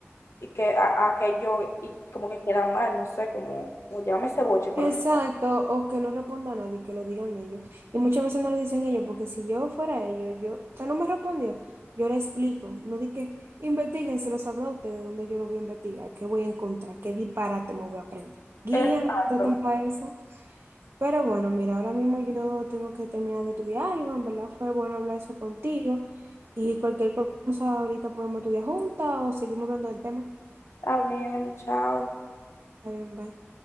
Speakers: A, on the left (about 70°); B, on the right (about 65°).
A: y que a, a que yo, y como que queda mal, no sé, como, como llámame ese boche, por
B: Exacto,
A: así.
B: o que no responda a nadie, que lo digan ellos. Y muchas veces no lo dicen ellos, porque si yo fuera ellos, yo, usted no me respondió, yo le explico, no di que investiguen, se lo sabrá usted de dónde yo lo voy a investigar, qué voy a encontrar, qué disparate me voy a aprender. Guían,
A: Exacto.
B: traten para eso. Pero bueno, mira, ahora mismo yo tengo que terminar de estudiar algo, en verdad fue bueno hablar eso contigo y cualquier cosa ahorita podemos estudiar juntas o seguimos hablando del tema.
A: Está bien, chao.
B: Está bien, bye.